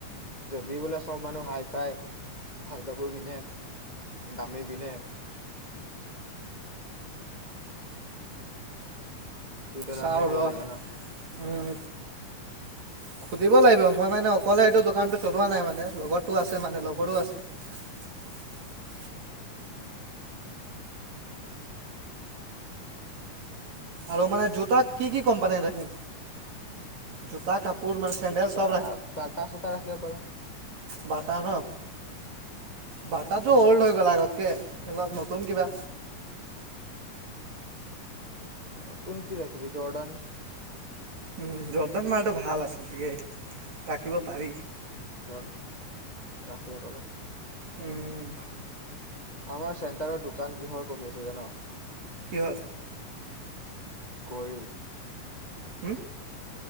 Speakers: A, on the left (about 35°); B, on the right (about 55°).
A: যদি বোলে চব মানুহ হাই ফাই ভাল কাপোৰ পিন্ধে দামী পিন্ধে তো তই
B: চাওঁ
A: দামি ৰাখিব
B: ৰ'
A: লাগিব ন।
B: উম। <inaudible> আৰু মানে জোতা কি কি কোম্পানী ৰাখিম জোতা কাপোৰ মানে চেণ্ডেল
A: জোতা
B: চব
A: বটা চটা ৰাখিব পাৰ
B: বটো বাতাতটো
A: উম
B: অল্ড হৈ গ'লা আগতে তাতকে অলপ নতুন কিবা
A: নতুন কি ৰাখিবিবি জৰ্ডন
B: উম জৰ্দাৰ মালটো ভাল আছে ঠিকেই ৰাখিব পাৰি।
A: জৰ ৰাখিব কৰ।
B: উম!
A: আমাৰ চেণ্টাৰৰ দোকান কিহৰ কমি আছে জান
B: কি হ'ল?
A: গৰি
B: হম!